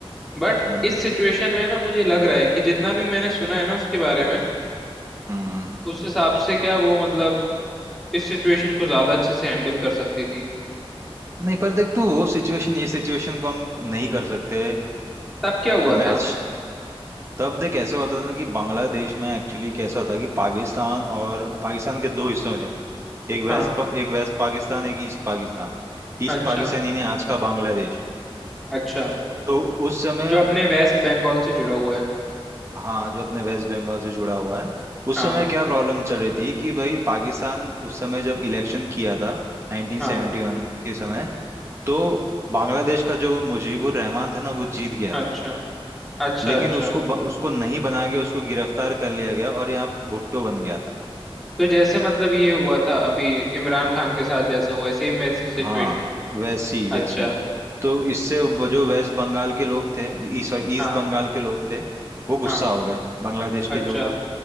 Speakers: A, in the centre; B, on the right.
A: बट
B: हम्म
A: इस सिचुएशन में ना मुझे लग रहा है कि जितना भी मैंने सुना है ना उसके बारे में
B: हम्म
A: उस हिसाब से क्या वो मतलब इस सिचुएशन को ज्यादा अच्छे से हैंडल कर सकती थी
B: नहीं पर देख तू वो सिचुएशन ये सिचुएशन को हम नहीं कर सकते
A: तब क्या हुआ
B: मैच
A: था
B: तब देख ऐसा होता था कि बांग्लादेश में एक्चुअली कैसा था कि पाकिस्तान और पाकिस्तान के दो हिस्सों में थे एक वेस्ट
A: हाँ
B: एक वेस्ट पाकिस्तान एक ईस्ट पाकिस्तान ईस्ट
A: अच्छा
B: पाकिस्तान यानी आज का बांग्लादेश
A: अच्छा
B: तो उस समय
A: जो अपने वेस्ट बंगाल से जुड़ा हुआ है
B: हाँ जो अपने वेस्ट बंगाल से जुड़ा हुआ है उस
A: हाँ
B: समय क्या प्रॉब्लम चल रही थी कि भाई पाकिस्तान उस समय जब इलेक्शन किया था 1971
A: हाँ
B: के समय तो बांग्लादेश का जो मुजीबुर रहमान था ना वो जीत गया था
A: अच्छा अच्छा
B: लेकिन
A: अच्छा
B: उसको ब, उसको नहीं बना के उसको गिरफ्तार कर लिया गया और यहाँ भुट्टो बन गया था
A: तो जैसे मतलब ये हुआ था अभी इमरान खान के साथ जैसा हुआ है सेम वैसी सिचुएशन
B: हाँ वैसी वैसी
A: अच्छा
B: तो इससे वो जो वेस्ट बंगाल के लोग थे ई सॉरी
A: हाँ
B: ईस्ट बंगाल के लोग थे वो गुस्सा
A: हाँ
B: हो गए बांग्लादेश के
A: अच्छा
B: जो